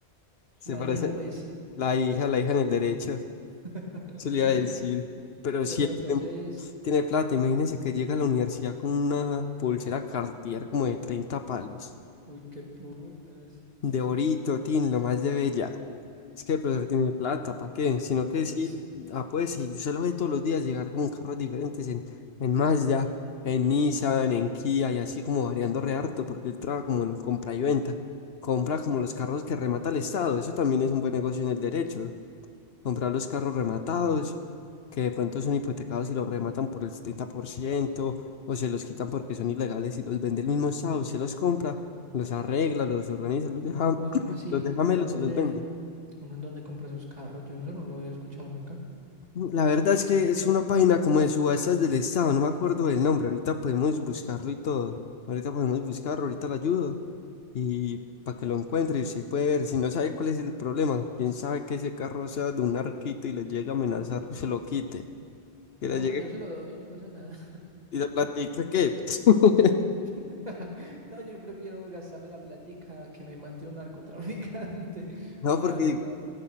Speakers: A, on the left; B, on the right.
A: Se
B: La
A: parece
B: hija, pues.
A: la hija, la hija en el derecho.
B: <laughs>
A: Se le iba a decir. Pero
B: Oiga,
A: sí,
B: pero
A: él
B: entonces,
A: tiene, tiene plata. Imagínense que llega a la universidad con una pulsera Cartier como de 30 palos.
B: uy, qué putas.
A: De orito, tin, lo más de bella. Es que el profesor tiene plata, ¿para qué? Sino que
B: No,
A: sí,
B: pues,
A: ah, pues sí, usted lo ve todos los días llegar como carros diferentes en, en Mazda, en Nissan, en Kia y así como variando re harto, porque él trabaja como en compra y venta. Compra como los carros que remata el Estado, eso también es un buen negocio en el derecho comprar los carros rematados, que de pronto son hipotecados y los rematan por el 70% o se los quitan porque son ilegales y los vende el mismo Estado, se los compra, los arregla, los organiza, los deja,
B: uy, ¿cómo
A: <clears throat>
B: así?
A: los deja
B: ¿Y
A: melos
B: uno en dónde,
A: y los vende.
B: uno en dónde compra esos carros? Yo eso no lo había escuchado nunca.
A: La verdad es que es una página como de subastas del Estado, no me acuerdo del nombre, ahorita podemos buscarlo y todo, ahorita podemos buscarlo, ahorita le ayudo y para que lo encuentre y usted puede ver, si no sabe cuál es el problema, quién sabe que ese carro sea de un arquito y le llegue a amenazar y se lo quite. Que
B: No,
A: le llegue
B: pues yo se lo doy, no pasa nada.
A: Y la plática que, <laughs>
B: <laughs> No, yo prefiero gastarme la platica a que me mate un narcotraficante, <laughs>
A: no,
B: la
A: porque,
B: verdad.